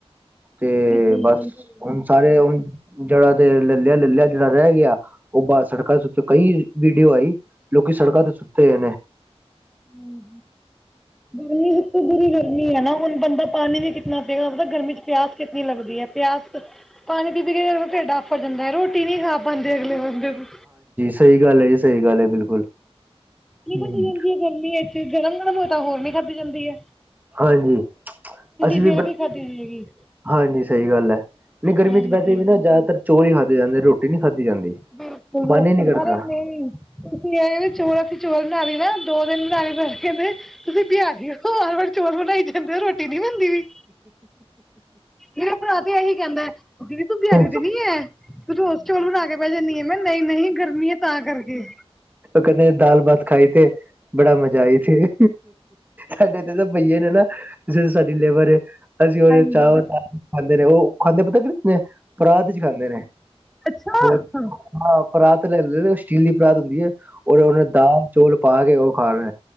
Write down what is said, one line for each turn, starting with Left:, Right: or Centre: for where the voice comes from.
Right: ਤੇ
Centre: ਬਿਲਕੁਲ-ਬਿਲਕੁਲ।
Right: ਬਸ ਹੋਨ ਸਾਰੇ ਹੋਨ, ਜੇੜਾ ਤੇ ਲੇ ਲੇਆ ਲੈ ਲੇਆ ਜੇੜਾ ਰੈ ਗੇਆ, ਓ ਬਾਰ ਸੜਕਾਂ ਤੇ ਉਤੇ ਕਈ ਵੀੜੀਓ ਆਈ ਲੋਕੀ ਸੜਕਾਂ ਤੇ ਸੁੱਤੇ ਹੋਏ ਨੇ
Centre: ਹੂੰ, ਹੂੰ ਗਰਮੀ ਏਥੇ ਪੂਰੀ ਗਰਮੀ ਹੈ ਨਾ ਹੁਨ ਬੰਦਾ ਪਾਨੀ ਵੀ ਕਿਤਨਾ ਪੀਨਾ, ਪਤਾ ਗਰਮੀ ਚ ਪੇਆਸ ਕਿਤਨੀ ਲੱਗਦੀ ਏ ਪੇਆਸ ਪਾਣੀ ਪੀ, ਪੀ ਕੇ ਢੇਡ ਆਫਰ ਜਾਂਦਾ ਏ ਰੋਟੀ ਨੀ ਖਾ ਪਾਂਦੇ ਅਗਲੇ ਬੰਦੇ ਬੀ।
Right: ਸਈ ਗਾੱਲ ਐ ਜੀ, ਸਈ ਗਾੱਲ ਏ ਬਿਲਕੁਲ।
Centre: ਨੀਕਲ
Right: ਹੂੰ।
Centre: ਤੇ ਜਾਂਦੀ ਏ ਗਰਮੀ ਏਥੇ, ਗਰਮ-ਗਰਮ ਹੋਏ ਤਾਂ ਹੋਰ ਨੀ ਖਾਦੀ ਜਾਂਦੀ ਏ।
Right: ਹਾਂਜੀ। ਅਸੀ
Centre: ਫੇਰ
Right: ਵੀ ਬ,
Centre: ਖਾਧੀ ਜਾਏਗੀ,
Right: ਹਾਂਜੀ ਸਈ ਗਾੱਲ ਐ। ਨਈ ਗਰਮੀ
Centre: ਹਾਂਜੀ।
Right: ਚ ਵੈਸੇ ਵੀ ਨਾ ਜਾਦਾਤਰ ਚੋਲ ਈ ਖਾਦੇ ਜਾਂਦੇ ਰੋਟੀ ਨੀ ਖਾਦੀ ਜਾਂਦੀ।
Centre: ਬਿਲਕੁਲੁ
Right: ਮਨ ਈ ਨੀ ਕਰਦਾ।
Centre: ਅਰੇ ਨਈ, ਤੁਸੀ ਏ ਚੋਲ ਅਸੀ ਚੋਲ ਬਨਾ ਲਈ ਨਾ ਦੋ ਦਿਨ ਬਣਾਏ, ਸਾੱਸ ਕੈਂਦੇ ਤੁਸੀ ਭੇਆਰੀ ਓ ਚੋਲ ਬਨਾਈ ਜਾਂਦੇ ਓ ਰੋਟੀ ਨੀ ਬਨਦੀ ਪਈ ਮੇਰਾ ਭਰਾ ਤੇ ਐਹੀ ਕੈਂਦੈ, ਦੀਦੀ ਤੂੰ ਬਿਆਰੀ
Right: ਹੂੰ,
Centre: ਤੇ ਨੀ ਐ, ਤੂੰ ਰੋਜ ਚੋਲ ਬਣਾਕੇ ਵੈ ਜਾਂਨੀ ਏ, ਮੈ ਕੈਨੀ ਐ ਨਾ ਨਈ-ਨਹੀਂ ਗਰਮੀ ਐ, ਤਾਂ ਕਰਕੇ
Right: ਕੈਂਦੇ ਦਾਲ ਭਾਤ ਖਾਈ ਤੇ ਬੜਾ ਮਜ਼ਾ ਆਈ ਥੇ, ਸਾਡੇ ਏਥੇ ਤਾਂ ਬਈਏ ਨੇ ਨਾ ਜੇੜੀ ਸਾਡੀ ਲੇਬਰ ਏ, ਅਸੀ ਓਦੇ
Centre: ਹਾਂਜੀ
Right: ਚ ਚਾਵਲ ਪਾਕੇ ਖਾਦੇ ਨੇ ਓ ਖਾਦੇ ਪਤਾ ਕਿ ਪਰਾਤ 'ਚ ਖਾਂਦੇ ਨੇ,
Centre: ਅੱਛਾ
Right: ਹੋ
Centre: ਅੱਛਾ
Right: ਹਾਂ ਪਰਾਤ ਲਲੈ ਦੇ ਸਿਟੀਲ ਦੀ ਪਰਾਤ ਹੁੰਦੀ ਐ, ਓਦੇ ਅੰਦਰ ਓਨੇ ਦਾਲ ਚੋਲ ਪਾ ਕੇ ਓ ਖਾਣੇ ਏ।